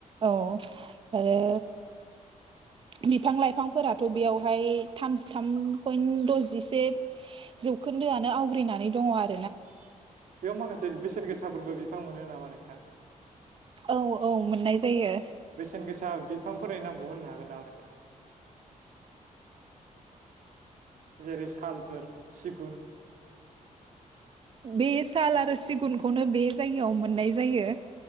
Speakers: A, on the right (about 40°); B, on the right (about 80°).
A: औ आरो बिफां लाइफांफोराथ' बेयावहाय थामजिथाम पइन्ट दजिसे जौखोन्दोआनो आवग्रिनानै दङ आ
B: <inaudible> बेयाव माखासे बेसेन गोसाफोरबो बिफां मोनो नामा नोंथां
A: औ औ मोननाय जायो
B: बेसेन गोसा बिफांफोरनि नामबौ होननो हागोन नामा नोंथाङा जेरै सालफोर सिगुन
A: बे साल आरो सिगुनखौनो बे जायगायाव मोननाय जायो